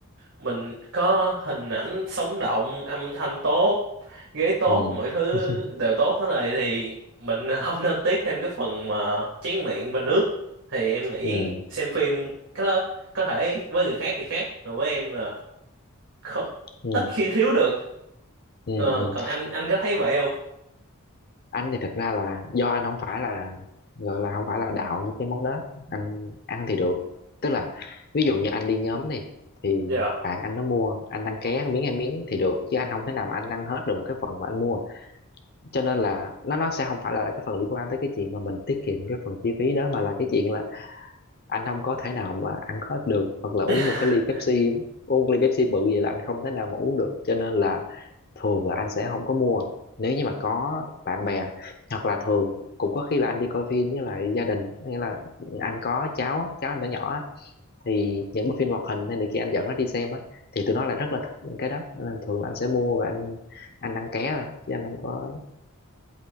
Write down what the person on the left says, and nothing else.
ừ
<laughs>
ừ
ừ
ừ
ừ
anh thì thật ra là do anh không phải là gọi là không phải là đạo những cái món đó anh ăn thì được tức là ví dụ như anh đi nhóm này thì
bạn anh nó mua anh ăn ké miếng ăn miếng thì được chứ anh không thể nào mà anh ăn hết được một cái phần mà anh mua cho nên là nó nó sẽ không phải là cái phần liên quan tới cái chuyện mà mình tiết kiệm cái phần chi phí đó mà là cái chuyện là anh không có thể nào mà ăn hết được hoặc là uống
một cái ly Pepsi uống một ly Pepsi bự vậy là anh không thể nào mà uống được cho nên là thường là anh sẽ không có mua nếu như mà có bạn bè hoặc là thường cũng có khi là anh đi coi phim với lại gia đình nghĩa là anh có cháu á, cháu anh nhỏ nhỏ á, thì những bộ phim hoạt hình nên thì khi anh dẫn nó đi xem á thì tụi nó lại rất là thích những cái đó nên thường là anh sẽ mua và anh anh ăn ké thôi chứ anh không có <laughs> ấy.